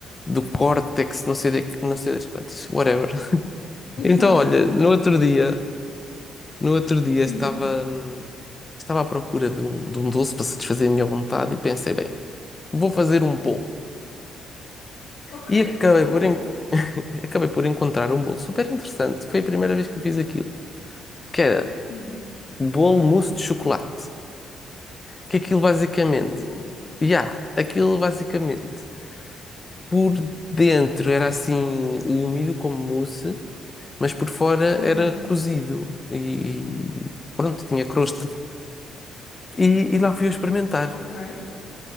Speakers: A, on the left; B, on the left.
A: do córtex, não sei, de- não sei das quantas, whatever. <laughs>
B: <laughs> Exato.
A: Então, olha, no outro dia, no outro dia estava,
B: Hum,
A: hum, estava à procura de um, de um doce para satisfazer a minha vontade e pensei, bem, vou fazer um bolo.
B: ok.
A: E acabei
B: Boa.
A: por,
B: boa.
A: en- <laughs> acabei por encontrar um bolo super interessante. Foi a primeira vez que eu fiz aquilo, que era
B: Hum,
A: bolo mousse de chocolate. Que aquilo basicamente
B: uh.
A: E há, aquilo basicamente, por dentro era assim úmido como mousse, mas por fora
B: Ah,
A: era cozido e e pronto, tinha crosta. E, e lá fui eu experimentar.
B: ok.